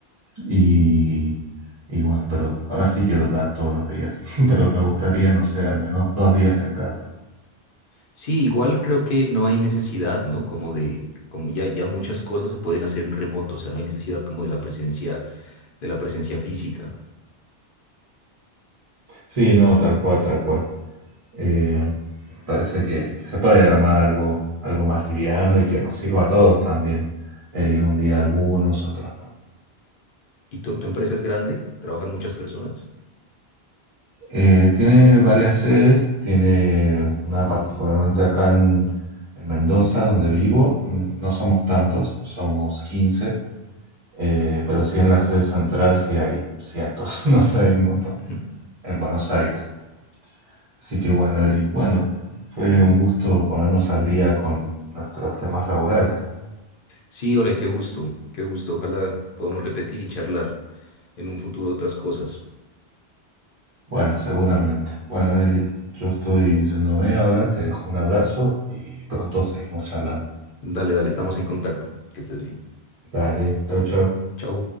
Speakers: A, on the right; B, on the left.
A: y, y bueno, pero ahora sí que da todos los días, <laughs> pero me gustaría, no sé, al menos dos días en casa.
B: Sí, igual creo que no hay necesidad, ¿no? Como de, como ya, ya muchas cosas se pueden hacer en remoto, o sea, no hay necesidad como de la presencia, de la presencia física.
A: Sí, no, tal cual, tal cual. Eh, parece que, que se puede armar algo, algo más liviano y que nos sirva a todos también. eh, ir un día algunos, otros no.
B: ¿Y tu, tu empresa es grande? ¿Trabajan muchas personas?
A: Eh, tiene varias sedes, tiene una particularmente acá en, en Mendoza, donde vivo. Mm, No somos tantos, somos 15, eh, pero sí en la sede central sí hay cientos, <laughs> no sé, hay un montón.
B: <laughs>
A: En Buenos Aires. Así que bueno, Eric, bueno, fue un gusto ponernos al día con nuestros temas laborales.
B: Sí, hola, qué gusto, qué gusto. Ojalá podamos repetir y charlar en un futuro otras cosas.
A: Bueno, seguramente. Bueno, Eric, yo estoy yéndome ahora, te dejo un abrazo y pronto seguimos charlando.
B: Dale, dale, estamos en contacto. Que estés bien.
A: Dale, chau, chau.
B: Chao.